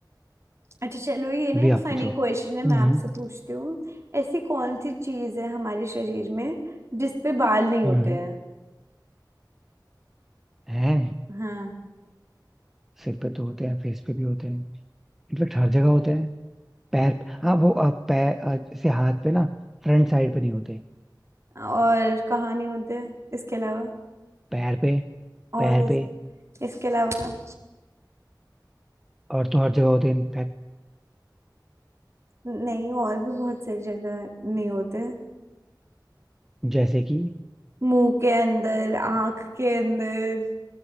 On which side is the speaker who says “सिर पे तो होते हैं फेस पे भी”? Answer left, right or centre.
Centre